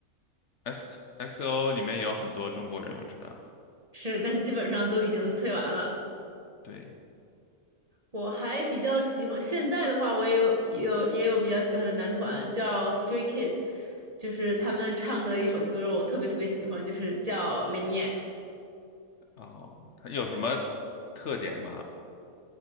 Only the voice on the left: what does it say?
？X XO 里面有很多中国人，我知道。
对，
哦，他有什么特点吗？